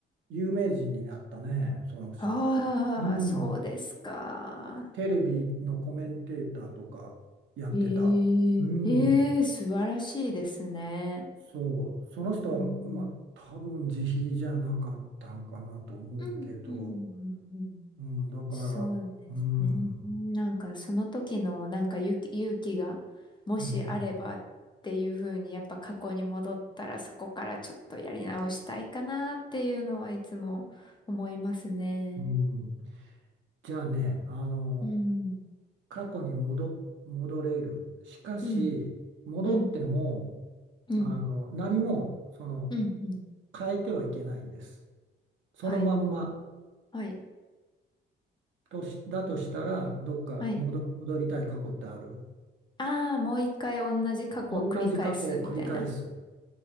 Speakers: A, on the right; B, on the left.
A: 有名人になったねその人は。
B: ああ、
A: うん、
B: そうですか。
A: テレビのコメンテーターとかやってた。
B: ええええ素晴らしいですね。
A: うん、そう、その人は、
B: うん。
A: まあ、多分自費じゃなかったんかなと思うけど、
B: うん、うん、うん、うん。
A: うん、だから、
B: そうですね。
A: うん。
B: なんかその時のなんか勇気、勇気がもしあればっていう風にやっぱ過去に戻ったらそこからちょっとやり直したいかなっていうのはいつも思いますね。
A: うん、うん、じゃあね、あの、
B: うん、
A: 過去に戻、戻れる。しかし、
B: うん、
A: 戻っても、
B: うん、うん、
A: あの、何も、その、
B: うん、うん。
A: 変えてはいけないんです。そのまんま
B: はい、はい、
A: とし、だとしたら、どっか戻、
B: はい。
A: 戻りたい過去ってある。
B: ああ、もう一回同じ過去を繰り返すみたいな。
A: 同じ過去を繰り返す。